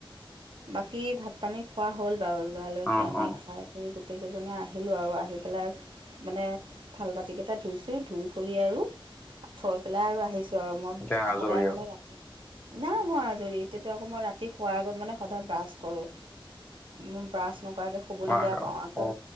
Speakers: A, on the right; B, on the left.
A: বাকী ভাত-পানী খোৱা হ'ল বাৰু, লৰালৰিকে
B: অ
A: আমি
B: অ
A: খাই <unintelligible> আমি গোটেইকেইজনে আহিলোঁ আৰু আহি পেলাই <unintelligible> মানে থাল-বাতিকেইটা ধুইছোঁ, ধুই কৰি আৰু থৈ পেলাই আৰু আহিছোঁ। <unintelligible> <unintelligible> আৰু মই
B: এতিয়া আজৰি
A: সদায় মানে
B: আৰু
A: ৰাতি <inaudible> নাই হোৱা আজৰি এতিয়াতো আকৌ মই ৰাতি শোৱাৰ আগত মানে সদায় ব্ৰাছ কৰোঁ। মোৰ ব্ৰাছ নকৰাকৈ <unintelligible> শোৱলৈ
B: আমাৰ
A: বেয়া পাওঁ, আকৌ
B: অ